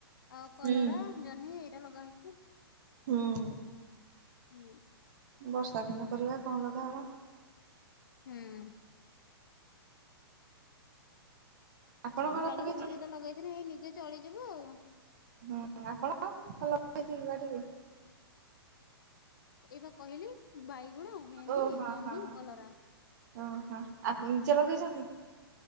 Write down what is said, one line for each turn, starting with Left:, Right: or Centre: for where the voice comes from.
Left: ଆଉ
Right: ହୁଁ
Left: କଲରା, ଜହ୍ନି ଏଇରା ଲଗାହେଇଚି।
Right: ହୁଁ
Left: ହୁଁ।
Right: ବର୍ଷା ଦିନ ପରିବା କଣ ଲଗା ହବ?
Left: ହୁଁ।
Right: ଆପଣଙ୍କର
Left: ସେଇ ବାଡିଘର
Right: ଲଗେଇଛନ୍ତି?
Left: ବି ଦିଇଟା ଲଗେଇଥିନେ ହେଇ ନିଜେ ଚଳିଯିବୁ ଆଉ।
Right: ହୁଁ ଆପଣ କଣ ଲଗାହେଇଛିକି ବାଡ଼ିରେ?
Left: ଏଇପା କହିଲି ବାଇଗଣ, ଭେଣ୍ଡି,
Right: ଓ ହଁ
Left: ଜହ୍ନି,
Right: ହଁ।
Left: କଲରା।
Right: ଓହୋ, ଆପ୍ ନିଜେ ଲଗେଇଚନ୍ତି?